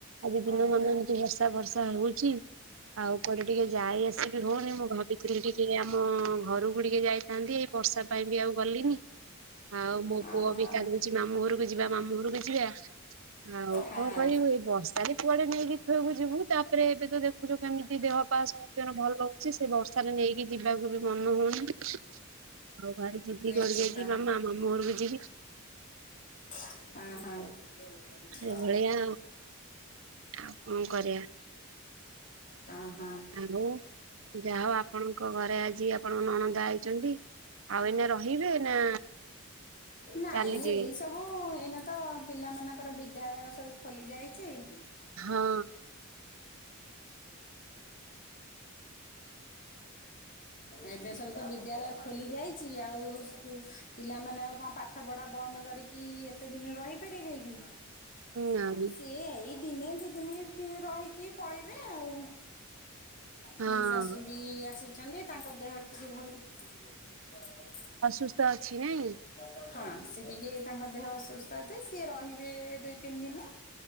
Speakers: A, on the right; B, on the left.
A: ଆଜି ଦିନ
B: ହଁ ପରା
A: ମାନେ ଏମିତି ବର୍ଷା ବର୍ଷା ହଉଛି ଆଉ କୁଆଡେ ଟିକେ ଯାଇ ଆସି ସେ ବି ହଉନି ମୁଁ ଭାବିଥିଲି ଟିକେ ଆମ ଘରକୁ ଟିକେ ଯାଇ କାନ୍ଦି ଏଇ ବର୍ଷା ପାଇଁ ବି ଆଉ ଗଲିନି ଆଉ
B: ଓହୋ
A: ମୋ ପୁଅ ବି କାନ୍ଦୁ ଘରକୁ ଯିବା ମାମୁଁ ଘରକୁ ଯିବା ଆଉ
B: ହଁ
A: କଣ କରିବୁ ଏ ବର୍ଷାରେ କୁଆଡେ ନେଇକି ଦେଖିବାକୁ ଯିବୁ ତାପରେ ଏବେ ତ ଦେଖୁଛୁ କେମିତି ଦେହ ପା ସମସ୍ତିଙ୍କର ଭଲ ରହୁଛି ସେ ବର୍ଷାରେ ନେଇକି ଯିବାକୁ ବି ମନ ହଉନି ଆଉ ଭାରି ଯିଦି
B: ନିଶ୍ଚିତ
A: କରିକି ଆ ମାମା ମାମୁଁ ଘରକୁ ଯିବି।
B: ହଁ ହଁ।
A: ଏଭଳିଆ ଆଉ କଣ କରିବା?
B: ହଁ ହଁ।
A: ଆଉ ଯାହା ଆପଣଙ୍କ ଘରେ ଆଜି ଆପଣ ନଣନ୍ଦା ଆଇଛନ୍ତି। ଆଉ ଏଇନା ରହିବେ? ନା
B: ନାଇଁ
A: ଚାଲିଯିବେ
B: ଏଇ ସବୁ ଏଇନା ତ ପିଲା ମାନଙ୍କର ବିଦ୍ୟାଳୟ ସବୁ ଖୋଲି ଯାଇଚି। <unintelligible>
A: ହଁ
B: ଏବେ ସବୁ ତ ବିଦ୍ୟାଳୟ ଖୋଲି ଯାଇଚି। ଆଉ ସ୍କୁଲ୍ ପିଲାମାନେ ପାଠ ପାଠ ପଢ଼ା ବନ୍ଦ କରିକି ଏତେ ଦିନ ରହିପାରିବେ କି?
A: ନାଇଁ
B: ଆଉ ସିଏ ଏଇ ଦିନେ ଦି ଦିନି ଟିକେ ରହିକି ପଳେଇବେ ଆଉ
A: ହଁ
B: ପି ଶାଶୁ ବି ଆସିଚନ୍ତି ତାଙ୍କ ଦେହ ଟିକେ ଭଲ <unintelligible>
A: ଅସୁସ୍ଥ ଅଛି ନାଇଁ
B: ହଁ ସେ ଟିକେ ତାଙ୍କ ଦେହ ଅସୁସ୍ଥ ଅଛି ସିଏ ରହିବେ ଦୁଇ ତିନି ଦିନି।